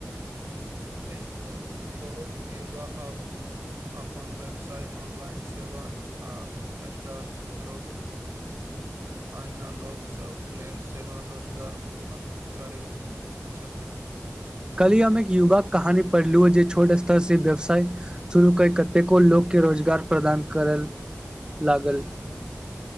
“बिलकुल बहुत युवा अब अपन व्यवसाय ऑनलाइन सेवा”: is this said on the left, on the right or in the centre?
Right